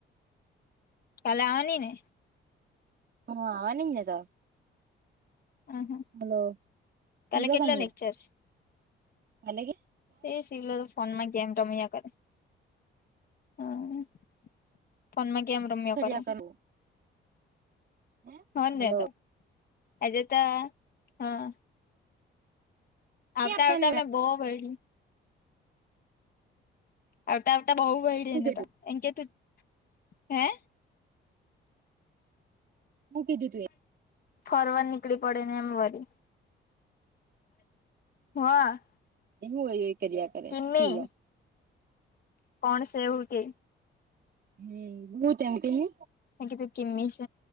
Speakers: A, on the left; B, on the right.
A: કાલે આવવાની ને.
B: હ આવા નિને તો.
A: હ
B: હલો
A: કાલે
B: હીલો
A: કેટલા
B: કઈ.
A: લેક્ચર
B: અલેગ.
A: તે સિિવલો તો ફોન માં ગેમ રમ્યા કરે હમ. ફોન માં કેેમ રમ્યો
B: ફર્યા
A: કરે
B: કરવું હે
A: હો ન
B: હલો
A: તો એજ તો હા. આવતા
B: એ આપવાની
A: આવટા
B: હોય
A: મેં બો ભ્યું. આ તોટ બો બહેડી
B: હું
A: એને
B: કીધું
A: તો એ કે તું હે.
B: મૂટી દીધું એ.
A: ફરવાડ નીકળી પડે ને એમ વરી. હા.
B: એવું હોયય કર્યા કરે
A: કિમ્મી
B: પીવ લો.
A: કોણ સવું કે.
B: હમ બહત એમતી હ
A: હકી તું કમીશ